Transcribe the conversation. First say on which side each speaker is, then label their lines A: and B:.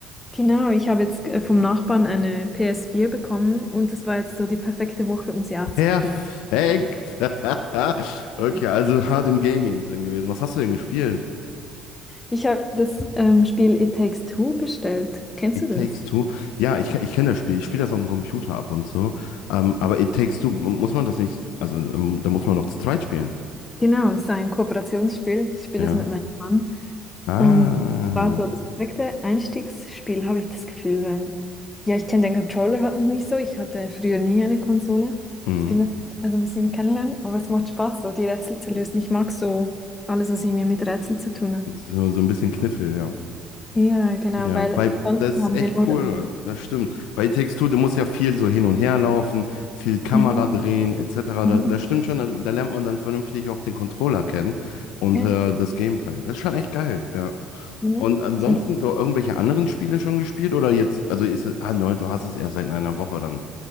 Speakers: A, on the left; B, on the left.
A: Genau, ich habe jetzt äh, vom Nachbarn eine ps vier bekommen und das war jetzt so die perfekte Woche, um sie auszuprobieren.
B: Perfekt! <laughs> Okay,
A: <laughs>
B: also hart im Gaming drin gewesen. Was hast du denn gespielt?
A: Ich habe das ähm, Spiel It Takes Two bestellt. Kennst
B: It
A: du das?
B: Takes Two. Ja, ich, ich kenne das Spiel. Ich spiele das auf dem Computer ab und so. Ähm, aber It Takes Two, mu- muss man das nicht, also ähm, da muss man noch zu zweit spielen.
A: Genau, es ist ein Kooperationsspiel. Ich spiele
B: Ja.
A: es mit meinem Mann.
B: Ah.
A: Und war so das perfekte Einstiegsspiel, habe ich das Gefühl, weil ja, ich kenne den Controller halt noch nicht so. Ich hatte früher nie eine Konsole.
B: Mhm.
A: Ich bin das also ein bisschen kennenlernen, aber es macht Spaß, so die Rätsel zu lösen. Ich mag so alles, was irgendwie mit Rätseln zu tun hat.
B: So, so ein bisschen Kniffel, ja.
A: Ja, genau,
B: Ja,
A: weil
B: bei,
A: sonst
B: das
A: haben
B: ist echt
A: wir nur.
B: cool,
A: Ähm,
B: Mann. Das stimmt. Bei It Takes Two, du musst ja viel so hin und her laufen, viel Kamera
A: mhm,
B: drehen, etc.
A: mhm,
B: Da, das stimmt schon, da, da lernt man dann vernünftig auch den Controller kennen und
A: ja,
B: äh, das Gameplay. Das ist schon echt geil, ja.
A: mhm.
B: Und ansonsten
A: <laughs>
B: so irgendwelche anderen Spiele schon gespielt oder jetzt, also ist, ah nein, du hast es erst seit einer Woche, dann